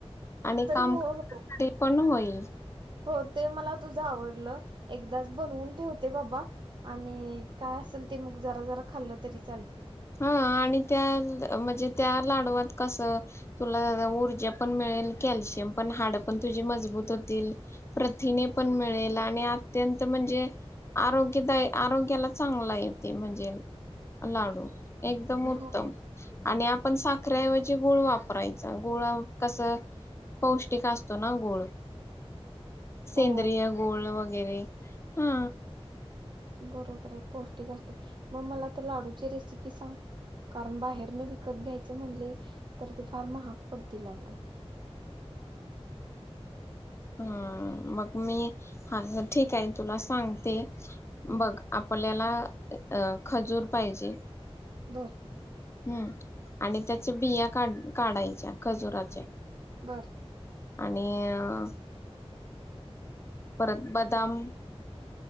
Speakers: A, on the left (about 25°); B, on the right (about 50°).
A: आणि
B: तर
A: काम
B: हो हो
A: ते पण होईल.
B: हो ते मला तुझं आवडलं एकदाच बनवून ठेवते बाबा आणि काय असेल ते मग जरा जरा खाल्लं तरी चालतयं.
A: हा आणि त्या म्हणजे त्या लाडवात कसं तुला ऊर्जा पण मिळेल कॅल्शियम पण हाड पण तुझी मजबूत होतील. प्रथिने पण मिळेल आणि अत्यंत म्हणजे आरोग्यदायी आरोग्याला चांगला य ते म्हणजे लाडू. एकदम उत्तम
B: हो.
A: आणि आ पण साखरेऐवजी गुळ वापरायचा गुळ कसं पौष्टिक असतो ना गुळ सेंद्रिय
B: हो
A: गोळ वगै गेले हा.
B: बरोबर हाय पौष्टिक असत मग मला आता लाडूची रेसिपी सांग कारण बाहेर न विकत घ्यायचे म्हणले तर ते फार महाग पडतील अगं
A: हा. मग मी <unintelligible> ठीक आहे तुला सांगते.
B: हम्म
A: बघ आपल्याला अ खजूर पाहिजे.
B: बरं
A: हम्म आणि त्याची बिया काढ काढायच्या खजुराच्या
B: बरं
A: आणि अ परत बदाम